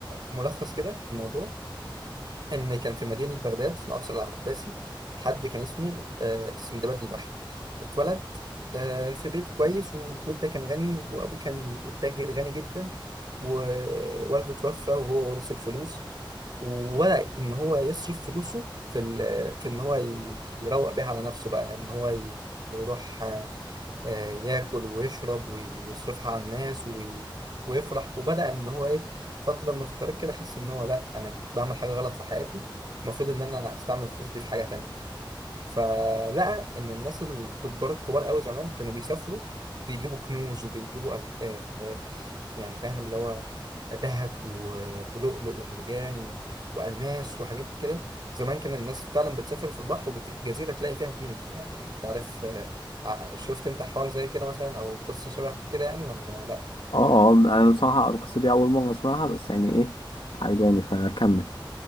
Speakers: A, on the right; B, on the left.
A: ملخص كده الموضوع ان كان في مدينه بغداد في العصر العباسي حد كان اسمه آه، سندباد البحر اتولد آه، في بيت كويس والبيت ده كان غني وابوه كان تاجر غني جدا ووالده توفى وهو ورث الفلوس وبدأ ان هو يصرف فلوسه في ال- في ان هو ي- يروق بيها على نفسه بقى ان هو ي- يروح آه، آه، ياكل ويشرب ويصرفها على الناس وي- ويفرح وبدأ إن هو إيه فترة من الفترات كده أحس إن هو لأ أنا بعمل حاجة غلط في حياتي المفروض إن أنا أستعمل الفلوس دي في حاجة تانية فلقى ان الناس التجار الكبار قوي زمان كانوا بيسافروا بيجيبوا كنوز وبيجيبوا أخ- آه، آه، يعني فاهم اللي هو ذهب و- ولؤلؤ ومرجان و- والماس وحاجات كده زمان كان الناس فعلا بتسافر في البحر وبتروح جزيره تلاقي فيها كنوز يعني انت عارف آه، ع- شفت انت حوار زي كده مثلا او قصه شبه كده يعني ولا لا
B: اه اه انا بصراحة القصة دي أول مرة أسمعها بس يعني إيه عجباني فكمل